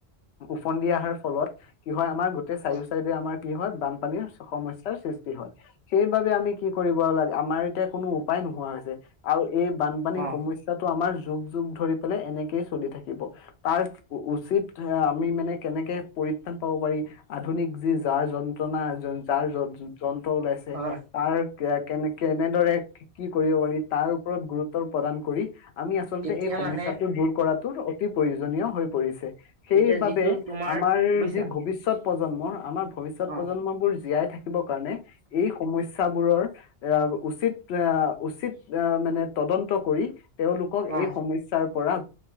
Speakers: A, on the left; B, on the right.
A: ওফন্দি অহাৰ ফলত কি হয় আমাৰ গোটে চাৰিও
B: অ
A: চাইডে আমাৰ কি হয় বানপানীৰ সমস্যাৰ সৃষ্টি হয় সেইবাবে আমি কি কৰিব লাগে আমাৰ এতিয়া কোনো উপায় নোহোৱা হৈছে আৰু এই বানপানী
B: অ
A: সমস্যাটো আমাৰ যুখ ধৰি পেলাই এনেকেই চলি থাকিব তাৰ উচিত আমি মানে কেনেকে পৰিত্ৰাণ পাব পাৰি আধুনিক যি যাৰ যন্ত্ৰণা যাৰ ওলাইছে
B: হয়
A: তাৰ কেনে কেনেদৰে কি কৰিব পাৰি তাৰ ওপৰত গুৰুত্ব প্ৰদান কৰি আমি আচলতে
B: এতিয়া
A: এই সমস্যাটো
B: মানে
A: দূৰ কৰাটোৰ অতি প্ৰয়োজনীয় হৈ পৰিছে। সেইবাবে
B: এতিয়া যিটো তোমাৰ
A: আমাৰ
B: বুজিছা
A: যি ভৱিষয়ত প্ৰজন্মৰ আমাৰ ভৱিষ্যত
B: অ
A: প্ৰজন্মবোৰ জীয়াই ৰাখিব কাৰণে এই সমস্যাবোৰৰ উচিত উচিত মানে তদন্ত কৰি তেওঁ
B: অ
A: এই সমস্যাৰ পৰা